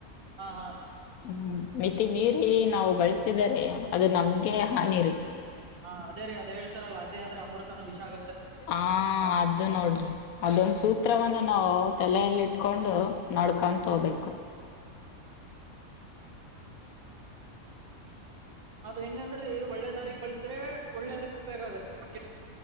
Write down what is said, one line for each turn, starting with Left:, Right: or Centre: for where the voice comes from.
Right: ಹಾ ಹಾ.
Left: ಹ್ಮ್ ಮಿತಿ ಮೀರಿ ನಾವು ಬಳಸಿದರೆ ಅದು ನಮ್ಗೆ ಹಾನಿರಿ.
Right: ಹಾ ಅದೇ ರೀ ಅದ ಹೇಳ್ತಾರಲ್ಲ ಅದೇ ಆದ್ರೆ ಅಮೃತನ ವಿಷಾಗ.
Left: ಹಾ ಅದು ನೋಡ್ರಿ ಅದೊಂದ ಸೂತ್ರವನ್ನು. ಹೌದುಲ ಇಲ್ಲಿ ಇಟ್ಕೊಂಡು ನಡಕೊಂತ
Right: ಇದು
Left: ಹೋಗಬೇಕು <inaudible>
Right: ಅದ್ ಹೆಂಗಂದ್ರೀ ಒಳ್ಳೆದಾರಿ ಬಳಸ್ರೆ ಒಳ್ಳೇದಕ್ ಉಪಯೋಗ ಆಗತೆ ಕೆಟ್ಟ.